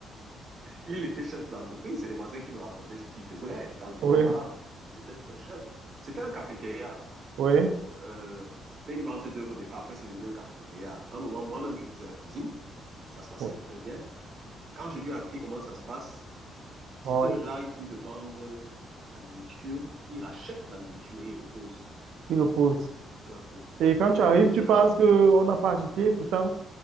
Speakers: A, on the right (about 45°); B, on the right (about 75°).
A: Il était chef d'entreprise, c'est les voisins qui me racontaient ce qu'il faisait quand je n'étais
B: Oui,
A: pas là. C'était un vrai chef. C'était un cafétéria.
B: oui,
A: Euh, c'était une vente d'œuvres au départ, après c'est devenu un cafétéria. À un moment, moi-même, je faisais la cuisine, ça se passait
B: oui.
A: très bien. Quand je lui ai appris comment ça se passe, c'était
B: Bon,
A: le genre, il finit de vendre la nourriture, il rachète la nourriture, il repose,
B: il repousse.
A: tu vois un peu.
B: <laughs> Et quand
A: Oui,
B: tu
A: il
B: arrives,
A: repose,
B: tu
A: il
B: penses
A: rachète.
B: qu'on n'a pas acheté, pourtant,